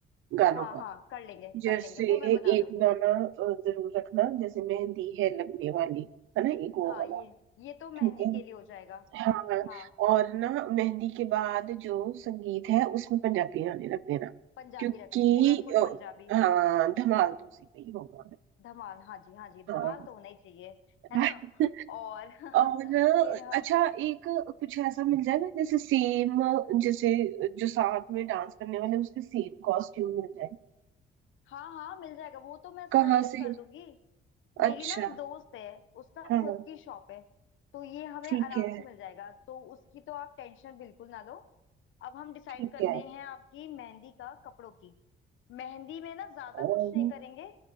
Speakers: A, on the right; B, on the left.
A: गानों
B: हाँ
A: का
B: हाँ कर लेंगे कर
A: जैसे
B: लेंगे वो मैं बना लूंगी
A: एक गाना अ, जरूर रखना जैसे मेहंदी है लगने वाली है ना एक वो
B: हाँ
A: वाला
B: ये ये तो मेहंदी
A: ठीक है
B: के लिए हो जाएगा
A: हाँ
B: हाँ
A: और ना मेहंदी के बाद जो संगीत है उसमें पंजाबी गाने रख देना
B: पंजाबी
A: क्योंकि
B: रख लेंगे पूरा फुल
A: अ,
B: पंजाबी
A: हाँ धमाल तो उसी पे ही होगा
B: धमाल हाँ जी हाँ जी
A: हाँ
B: धमाल तो होना ही चाहिए
A: <laughs>
B: है ना और <laughs>
A: और
B: फिर हम
A: अच्छा एक कुछ ऐसा मिल जाएगा जैसे सेम जैसे जो साथ में डांस करने वाले उसके सेम कॉस्ट्यूम मिल जाए
B: हाँ हाँ मिल जाएगा वो तो मैं सब
A: कहाँ
B: अरेंज
A: से
B: कर दूंगी मेरी
A: अच्छा
B: ना एक दोस्त है उसका
A: हाँ
B: खुद की शॉप है तो ये हमें
A: ठीक
B: आराम
A: है
B: से मिल जाएगा तो उसकी तो आप टेंशन बिल्कुल ना लो अब हम डिसाइड
A: ठीक
B: करते
A: है
B: हैं आपकी मेहंदी का कपड़ों की मेहंदी में ना ज्यादा कुछ
A: अम,
B: नहीं करेंगे